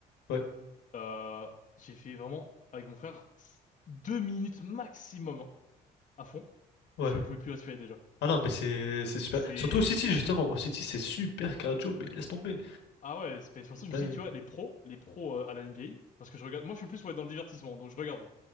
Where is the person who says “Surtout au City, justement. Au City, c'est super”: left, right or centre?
Left